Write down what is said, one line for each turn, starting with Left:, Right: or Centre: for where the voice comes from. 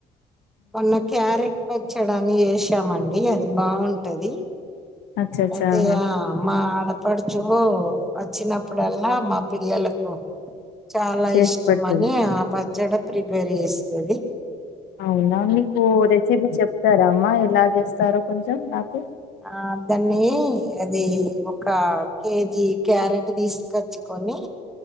Centre: మొన్న క్యారెట్ పచ్చడా అని ఏషామండి అది బావుంటది
Left: అచ్చ అచ్చా
Centre: అయితేయా
Left: ఆహా
Centre: మా ఆడపడుచు వచ్చినప్పుడల్లా మా పిల్లల కు చాలా
Left: చేసి
Centre: ఇష్టమని
Left: పెడుతుంది
Centre: ఆ పచ్చడ ప్రిపేర్ జేస్తది
Left: అవునా మీకు రెసిబి చెప్తారా అమ్మా ఎలా జేస్తారో కొంచెం నాకు
Centre: ఆ దాన్ని అది ఒక కేజీ క్యారెట్ దీస్కచ్చుకో ని